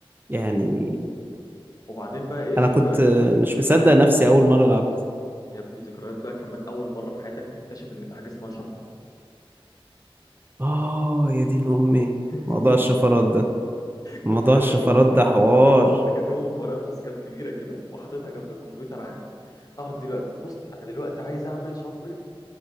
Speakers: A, on the right; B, on the left.
A: يعني
B: وبعدين بقى ايه ذكريات
A: انا كنت مش
B: ذكريات
A: مصدق نفسي اول مره لعبت
B: يا ابني ذكريات بقى كمان اول مره في حياتك تكتشف ان في حاجه اسمها شفره
A: اه يا دين امي
B: <laughs>
A: موضوع الشفرات ده موضوع
B: كنت كاتبهم
A: الشفرات ده حوار
B: كنت كاتبهم في ورقه في رسكاب كبيره كده وحاططها جنب الكمبيوتر عندي اقعد دلوقتي بص انا دلوقتي عايز اعمل شفره